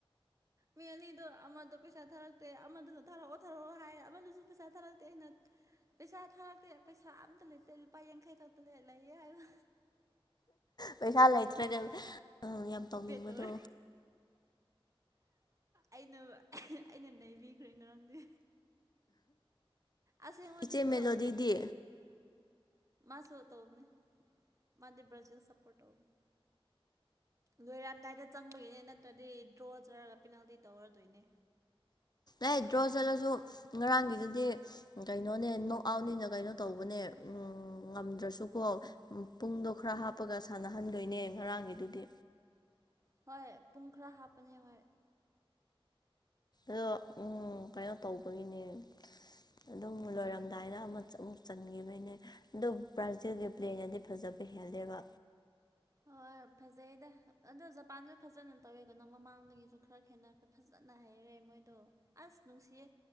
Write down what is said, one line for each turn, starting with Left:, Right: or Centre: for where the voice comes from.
Right: ꯃꯤ ꯑꯅꯤꯗꯣ ꯑꯃꯗꯣ ꯄꯩꯁꯥ ꯊꯥꯔꯛꯇꯦ ꯑꯃꯗꯨꯁꯨ ꯊꯥꯔꯛꯑꯣ ꯊꯥꯔꯛꯑꯣ ꯍꯥꯏ ꯑꯃꯗꯨꯁꯨ ꯄꯩꯁꯥ ꯊꯥꯔꯛꯇꯦ ꯑꯩꯅ ꯄꯩꯁꯥ ꯊꯥꯔꯛꯇꯦ ꯄꯩꯁꯥ ꯑꯝꯇ ꯂꯩꯇꯦ ꯂꯨꯄꯥ ꯌꯥꯡꯈꯩ ꯈꯛꯇ ꯂꯩꯌꯦ ꯍꯥꯏꯕ
Left: ꯄꯩꯁꯥ ꯂꯩꯇ꯭ꯔꯒ ꯌꯥꯝ ꯇꯧꯅꯤꯡꯕꯗꯣ
Right: ꯕꯦꯇ ꯇꯧꯔꯦ ꯑꯩꯅ ꯑꯩꯅ ꯅꯩꯕꯤꯈ꯭ꯔꯦ ꯉꯔꯥꯡꯗꯤ ꯑꯁꯦꯡꯕꯗꯤꯀꯣ
Left: ꯏꯆꯦ ꯃꯦꯂꯣꯗꯤꯗꯤ
Right: ꯃꯥꯁꯨ ꯇꯧꯕꯅꯤ ꯃꯥꯗꯤ ꯕ꯭ꯔꯖꯤꯜ ꯁꯄꯣꯔꯠ ꯇꯧꯕꯅꯤ ꯂꯣꯏꯔꯝꯗꯥꯏꯗ ꯆꯪꯕꯒꯤꯅꯦ ꯅꯠꯇ꯭ꯔꯗꯤ ꯗ꯭ꯔꯣ ꯆꯠꯂꯒ ꯄꯦꯅꯥꯜꯇꯤ ꯇꯧꯔꯗꯣꯏꯅꯦ
Left: ꯑꯥꯏ ꯗ꯭ꯔꯣ ꯆꯠꯂꯁꯨ ꯉꯔꯥꯡꯒꯤꯗꯨꯗꯤ ꯀꯩꯅꯣꯅꯦ ꯅꯣꯛ ꯑꯥꯎꯠꯅꯤꯅ ꯀꯩꯅꯣ ꯇꯧꯕꯅꯦ ꯎꯝ ꯉꯝꯗ꯭ꯔꯁꯨꯀꯣ꯫ ꯎꯝ ꯄꯨꯡꯗꯣ ꯈꯔ ꯍꯥꯞꯄꯒ ꯁꯥꯟꯅꯍꯟꯗꯣꯏꯅꯦ ꯉꯔꯥꯡꯒꯤꯗꯨꯗꯤ꯫
Right: ꯍꯣꯏ ꯄꯨꯡ ꯈꯔ ꯍꯥꯞꯄꯅꯦ ꯍꯣꯏ꯫
Left: ꯑꯗꯣ ꯎꯝ ꯀꯩꯅꯣ ꯇꯧꯕꯒꯤꯅꯦ꯫ ꯑꯗꯨꯝ ꯂꯣꯏꯔꯝꯗꯥꯏꯗ ꯑꯃ ꯑꯃꯨꯛ ꯆꯟꯒꯤꯕꯩꯅꯦ꯫ ꯑꯗꯨ ꯕ꯭ꯔꯥꯖꯤꯜꯒꯤ ꯄ꯭ꯂꯦꯅꯗꯤ ꯐꯖꯕ ꯍꯦꯜꯂꯦꯕ꯫
Right: ꯍꯣꯏ ꯐꯖꯩꯗ꯫ ꯑꯗꯣ ꯖꯄꯥꯟꯗ ꯐꯖꯅ ꯇꯧꯋꯦ ꯀꯅ ꯃꯃꯥꯡꯗꯒꯤꯁꯨ ꯈꯔ ꯈꯦꯠꯅ ꯈ꯭ꯔꯦ ꯐꯖꯅ ꯍꯩꯔꯦ ꯃꯣꯏꯗꯣ꯫ ꯑꯁ ꯅꯨꯡꯁꯤꯌꯦ